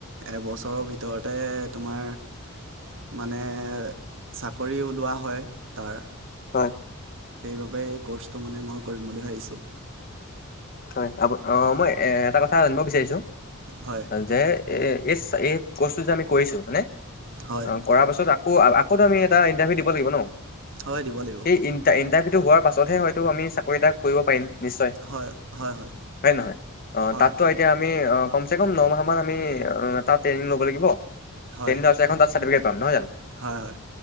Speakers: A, on the right; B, on the left.
A: এবছৰৰ ভিতৰতে তোমাৰ মানে চাকৰি ওলোৱা হয় তাৰ।
B: হয়।
A: সেইবাবে এই ক'ৰ্চটো মানে মই কৰিম বুলি ভাবিছোঁ।
B: হয় আপু অহ, মই এ-এটা কথা জানিব বিচাৰিছোঁ।
A: হয়।
B: যে এ-এই, এই কৰ্চটো যে আমি কৰিছো মানে,
A: হয়
B: অহ। কৰাপাছত আকৌ, আকৌ আমি এটা ইন্টাৰভিউ দিব লাগিব ন?
A: হয় দিব লাগিব
B: সেই ইন ইণ্টাৰভিউটো হোৱাৰ পাছতহে হয়তো আমি চাকৰি এটা কৰিব পাৰিম, নিশ্চয়।
A: হয়, হয়, হয়।
B: হয় নহয়? অহ,
A: হয়
B: তাতো এতিয়া আমি অহ, কমচে কম নমাহ মান আমি তাত ট্ৰেইনিং ল'ব লাগিব।
A: হয়
B: কেইদিনমান পাছত এখন তাত চাৰ্টফিকট পাম নহয় জানো?
A: হয়, হয়।